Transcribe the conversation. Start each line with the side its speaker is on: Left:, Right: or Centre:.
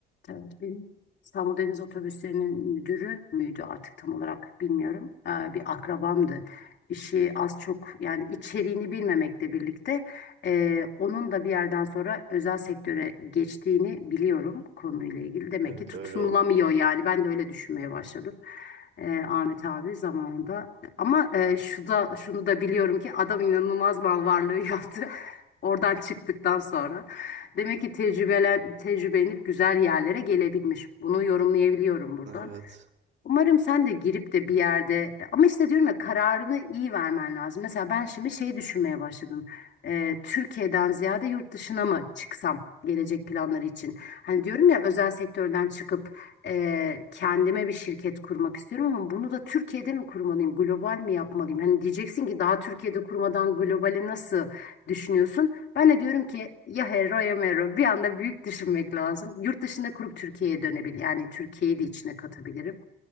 Left: Evet, benim İstanbul Deniz Otobüsleri'nin müdürü müydü artık tam olarak bilmiyorum. Ee, bir akrabamdı. İşi az çok yani içeriğini bilmemekle birlikte e, onun da bir yerden sonra özel sektöre geçtiğini biliyorum konuyla ilgili. Demek
Right: Evet
Left: ki tutunulamıyor
Right: öyle oluyor.
Left: yani ben de öyle düşünmeye başladım. Ee, Ahmet abi zamanında ama e, şu da şunu da biliyorum ki adam inanılmaz mal varlığı yaptı. <laughs> Oradan çıktıktan sonra. Demek ki tecrübeler, tecrübelenip güzel yerlere gelebilmiş. Bunu yorumlayabiliyorum buradan.
Right: Evet.
Left: Umarım sen de girip de bir yerde ama işte diyorum ya kararını iyi vermen lazım. Mesela ben şimdi şey düşünmeye başladım. Ee, Türkiye'den ziyade yurt dışına mı çıksam gelecek planları için? Hani diyorum ya özel sektörden çıkıp e, kendime bir şirket kurmak istiyorum ama bunu da Türkiye'de mi kurmalıyım, global mi yapmalıyım? Hani diyeceksin ki daha Türkiye'de kurmadan globali nasıl düşünüyorsun? Ben de diyorum ki ya hero ya mero bir anda büyük düşünmek lazım. Yurt dışında kurup Türkiye'ye dönebilir yani Türkiye'yi de içine katabilirim.